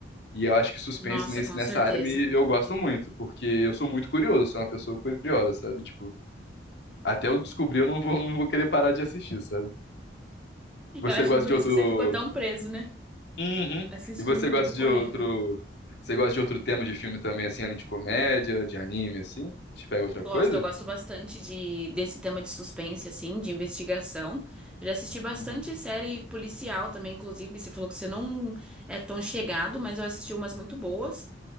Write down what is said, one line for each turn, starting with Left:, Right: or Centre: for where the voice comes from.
Left: E eu acho que suspense
Centre: Nossa,
Left: nesse,
Centre: com
Left: nessa
Centre: certeza.
Left: área me,
Centre: <laughs>
Left: eu gosto muito, porque eu sou muito curioso, sou uma pessoa curiosa, sabe? Tipo, até eu descobrir, eu não vou, não vou querer parar de assistir, sabe? Você
Centre: Eu acho
Left: gosta
Centre: que por
Left: de
Centre: isso
Left: outro.
Centre: que você ficou tão preso, né?
Left: Uhum.
Centre: Assistindo
Left: E você gosta
Centre: tudo
Left: de
Centre: correndo.
Left: outro. Você gosta de outro tema de filme também, assim, além de comédia, de anime, assim? Te pega outra
Centre: Gosto,
Left: coisa?
Centre: eu gosto bastante de, desse tema de suspense, assim, de investigação. Eu já assisti bastante
Left: Uhum.
Centre: série policial também, inclusive. Você falou que você não é tão chegado, mas eu assisti umas muito boas.